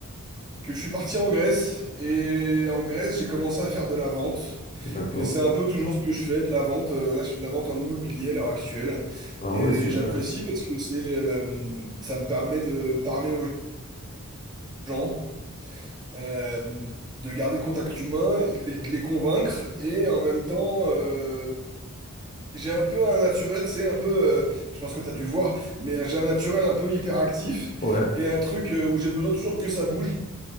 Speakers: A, on the right; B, on the left.
A: que je suis parti en Grèce. Et en Grèce, j'ai commencé à faire de la vente.
B: d'accord.
A: Et c'est un peu toujours ce que je fais, de la vente. Euh, Là, je fais de la vente en immobilier à l'heure actuelle.
B: Ah
A: Et
B: ouais, super.
A: j'apprécie parce que c'est, euh, ça me permet de parler aux gens. euh, de garder contact humain, de les, de les convaincre, et en même temps, euh, j'ai un peu un naturel, c'est un peu, euh, je pense que t'as dû le voir, mais euh, j'ai un naturel un peu hyperactif,
B: Ouais,
A: et un truc euh, où j'ai besoin toujours que ça bouge.